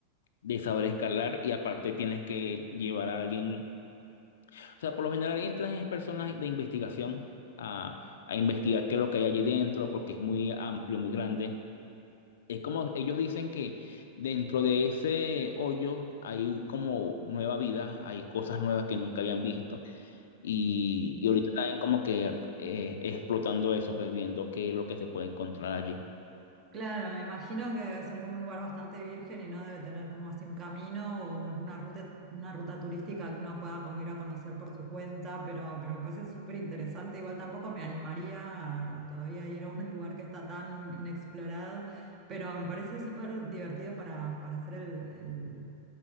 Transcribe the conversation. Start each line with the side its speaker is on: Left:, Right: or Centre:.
Left: de saber escalar y aparte tienes que llevar a alguien, o sea, por lo general entran es personas de investigación a, a investigar qué es lo que hay allí dentro porque es muy amplio, muy grande. Es como ellos dicen que dentro de ese hoyo hay como nueva vida, hay cosas nuevas que nunca habían visto y, y ahorita están como que eh, explotando eso, pues viendo qué es lo que se puede encontrar allí.
Right: Claro, me imagino que debe ser como un lugar bastante virgen y no debe tener como así un camino o una ruta, una ruta turística que uno pueda como ir a conocer por su cuenta, pero, pero me parece súper interesante. Igual tampoco me animaría a, a todavía ir a un lugar que está tan inexplorado, pero me parece súper divertido para, para hacer el, el-